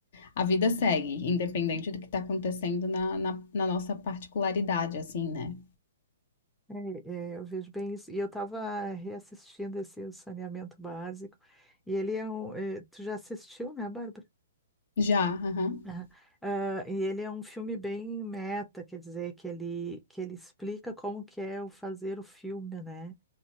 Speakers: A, on the left (about 55°); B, in the centre.
A: a vida segue, independente do que está acontecendo na, na, na nossa particularidade, assim, né?
B: é, é, eu vejo bem isso. E eu estava reassistindo esse O Saneamento Básico, e ele é um. eh, tu já assistiu, né, Bárbara?
A: Já, aham.
B: Aham. Ah, e ele é um filme bem meta, quer dizer, que ele, que ele explica como que é o fazer o filme, né?